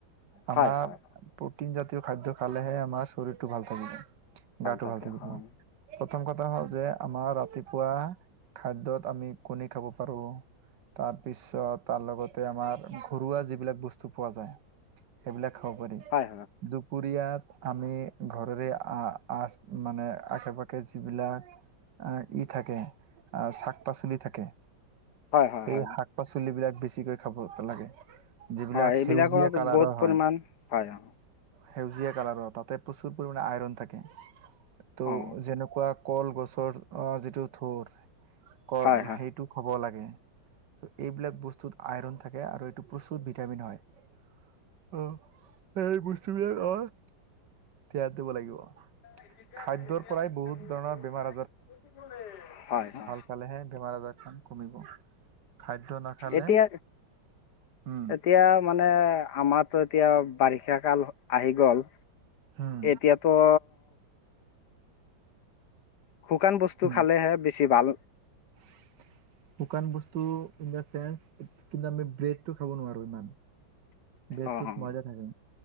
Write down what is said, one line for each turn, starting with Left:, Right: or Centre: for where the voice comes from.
Right: আমাৰ
Left: হয় হয়
Right: প্ৰটিন জাতীয় খাদ্য খালেহে আমাৰ শৰীৰটো ভাল থাকিব। গাটো
Left: থাকে
Right: ভাল থাকিব
Left: হয়
Right: প্ৰথম কথা হ'ল যে আমাৰ ৰাতিপুৱা খাদ্যত আমি কণী খাব পাৰোঁ। তাৰপিছত তাৰ লগতে আমাৰ ঘৰুৱা যিবিলাক বস্তু পোৱা যায়। সেইবিলাক খাব পাৰি।
Left: হয়।
Right: দুপৰীয়াত আমি ঘৰেৰে আ আচ মানে আশে পাশে যিবিলাক আহ ই থাকে আহ শাক পাচলি থাকে।
Left: হয় হয়
Right: সেই
Left: হয়
Right: শাক পাচলি বিলাক বেছিকৈ খাব লাগে। যিবিলাক
Left: হয় এইবিলাকত
Right: সেউজীয়া কালাৰৰ
Left: বহুত
Right: হয়।
Left: পৰিমাণ হয় অ
Right: সেউজীয়া কালাৰৰ তাতে প্ৰচুৰ পৰিমাণে আইৰন থাকে ত'
Left: অ
Right: যেনেকোৱা কলগছৰ যিটো থোৰ কল
Left: হয় হয়
Right: সেইটো খাব লাগে। এইবিলাক বস্তুত আইৰন থাকে আৰু এইটো প্ৰচুৰ ভিটামিন হয়। অ সেই বস্তুবিলাক নহয় তিয়াই থব লাগিব।
Left: <unintelligible>
Right: খাদ্যৰ পৰাই বহুত ধৰণৰ বেমাৰ
Left: হয় হয়।
Right: ফালেহে বেমাৰ আজাৰখন কমিব। খাদ্য নাখালে
Left: এতিয়া
Right: উম,
Left: এতিয়া মানে আমাৰটো এতিয়া বাৰিষা কাল আহি গল
Right: হুম,
Left: এতিয়া তো শুকান বস্তু
Right: হুম।
Left: খালেহে বেছি ভাল।
Right: <unintelligible> শুকান বস্তু ইন দা চেন্স কিন্তু আমি ব্ৰেডটো খাব নোৱাৰো ইমান। ব্লেডটোত
Left: অ অ
Right: ময়দা থাকে।